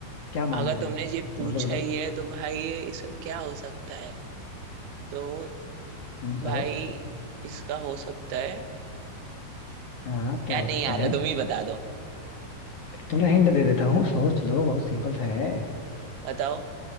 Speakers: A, on the left; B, on the right.
A: क्या माना
B: अगर
A: भाई
B: तुमने ये पूछा
A: बोलो बोलो
B: ही है तो भाई ये इसका क्या हो सकता है तो
A: हम्म, बताओ
B: भाई इसका हो सकता है
A: हाँ क्या
B: यार
A: हो
B: नहीं
A: सकता
B: आ
A: है
B: रहा तुम ही बता दो
A: थोड़ा हिंट दे देता हूँ सोच लो बहुत सिंपल सा है
B: बताओ